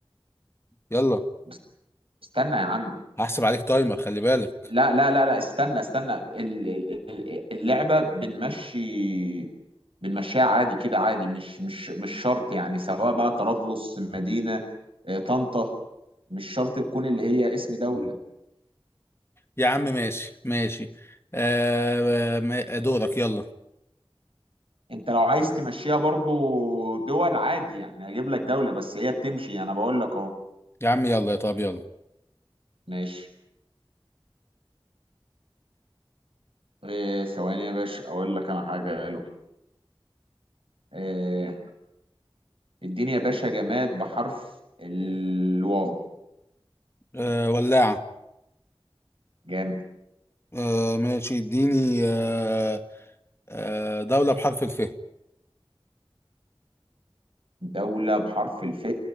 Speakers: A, on the left; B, on the right.
A: يلا
B: بس استنى يا عم
A: هحسب عليك تايمر خلي بالك
B: لا لا لا لا استنى استنى ال- ال- ال- اللعبة بنمشي بنمشيها عادي كده عادي مش مش مش شرط يعني سواء بقى طرابلس مدينة آه، طنطا مش شرط تكون اللي هي اسم دولة
A: يا عم ماشي ماشي آه ما- دورك يلا
B: انت لو عايز تمشيها برضو دول عادي يعني اجيب لك دولة بس هي بتمشي انا بقول لك اهو
A: يا عم يلا يا طب يلا
B: ماشي إيه ثواني يا باشا اقول لك انا حاجة آه، اديني يا باشا جماد بحرف الواو
A: آه ولاعة
B: جامد
A: آه ماشي اديني آه، آه، دولة بحرف الف
B: دولة بحرف الف